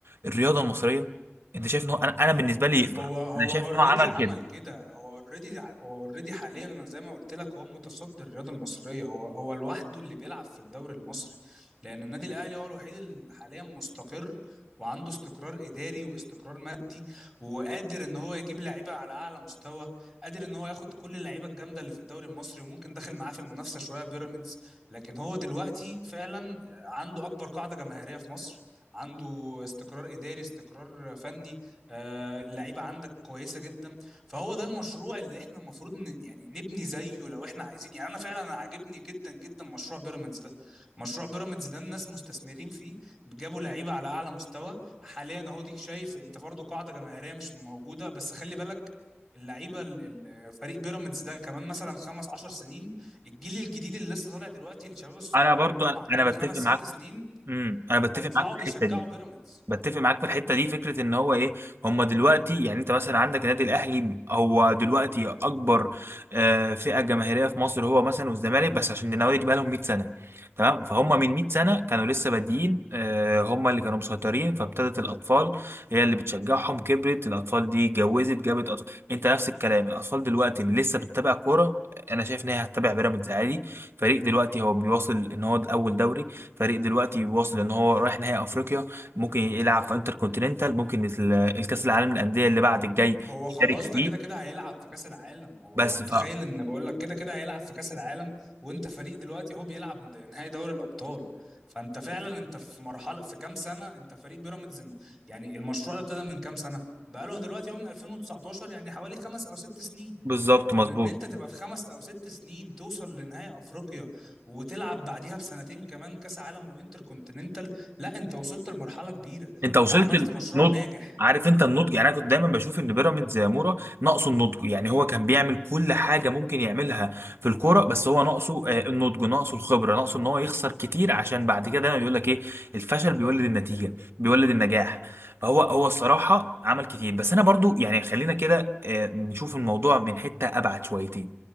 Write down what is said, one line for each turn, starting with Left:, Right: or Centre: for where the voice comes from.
Right: الرياضة المصرية انت شايف ان هو انا, أنا بالنسبة لي يقدر
Centre: هو هو
Right: انا شايف
Centre: اوريدي
Right: ان هو عمل
Centre: عمل
Right: كده
Centre: كده هو اوريدي هو اوريدي حاليا انا زي ما قلت لك هو متصدر الرياضه المصريه هو هو لوحده اللي بيلعب في الدوري المصري لان النادي الاهلي هو الوحيد اللي حاليا مستقر وعنده استقرار اداري واستقرار مادي وقادر ان هو يجيب لعيبه على اعلى مستوى قادر ان هو ياخد كل اللعيبه الجامده اللي في الدوري المصري وممكن داخل معاه في المنافسه شويه بيراميدز لكن هو دلوقتي فعلا عنده اكبر قاعده جماهيريه في مصر عنده استقرار اداري استقرار فني آه، اللعيبه عندك كويسه جدا فهو ده المشروع اللي احنا المفروض ن- يعني نبني زيه لو احنا عايزين يعني انا فعلا أنا عاجبني جدا جدا مشروع بيراميدز ده مشروع بيراميدز ده الناس مستثمرين فيه جابوا لعيبه على اعلى مستوى حاليا اهو ديك شايف انت برضه قاعده جماهيريه مش موجوده بس خلي بالك اللعيبه ال- ال- فريق بيراميدز ده كمان مثلا خمس عشر سنين الجيل الجديد اللي لسه طالع دلوقتي الشباب الصغيره
Right: انا برضو
Centre: اللي هم
Right: انا
Centre: عندهم
Right: أنا
Centre: خمس
Right: بتفق معاك
Centre: ست سنين
Right: امم انا بتفق
Centre: هيطلعوا
Right: معاك في
Centre: بيشجعوا
Right: الحتة دي
Centre: بيراميدز
Right: بتفق معاك في الحته دي فكره ان هو ايه هم دلوقتي يعني انت مثلا عندك النادي الاهلي هو دلوقتي اكبر آه، فئه جماهيريه في مصر هو مثلا والزمالك بس عشان النوادي دي بقى لهم 100 سنه تمام فهم من 100 سنه كانوا لسه بادئين آه، هم اللي كانوا مسيطرين فابتدت الاطفال هي اللي بتشجعهم كبرت الاطفال دي اتجوزت جابت أطفال. انت نفس الكلام الاطفال دلوقتي اللي لسه بتتابع كوره انا شايف ان هي هتتابع بيراميدز عادي فريق دلوقتي هو بيواصل ان هو الاول دوري فريق دلوقتي بيواصل ان هو رايح نهائي افريقيا ممكن يلعب في انتر كونتيننتال ممكن ال- الكاس العالم للانديه اللي بعد الجاي
Centre: هو خلاص
Right: يشارك فيه
Centre: ده كده كده هيلعب في كأس العالم هو
Right: بس
Centre: انت متخيل
Right: ف
Centre: ان بقول لك كده كده هيلعب في كأس العالم وانت فريق دلوقتي هو بيلعب د- نهائي دوري الأبطال فانت فعلا انت في مرحلة في كام سنة انت فريق بيراميدز م- يعني المشروع ده ابتدى من كام سنة بقاله دلوقتي هو من 2019 يعني حوالي خمس او ست سنين
Right: بالظبط
Centre: فان
Right: مظبوط
Centre: ان انت تبقى في خمس او ست سنين توصل لنهائي افريقيا وتلعب بعديها بسنتين كمان كاس عالم وانتر كونتيننتال لا انت وصلت لمرحله كبيره
Right: انت
Centre: انت
Right: وصلت
Centre: عملت مشروع
Right: النضج
Centre: ناجح
Right: عارف انت النضج يعني انا كنت دايما بشوف ان بيراميدز يا مورا ناقصه النضج يعني هو كان بيعمل كل حاجه ممكن يعملها في الكوره بس هو ناقصه آه، النضج ناقصه الخبره ناقصه ان هو يخسر كتير عشان بعد كده دايما بيقول لك ايه الفشل بيولد النتيجه بيولد النجاح فهو هو الصراحه عمل كتير بس انا برضو يعني خلينا كده آه، نشوف الموضوع من حته ابعد شويتين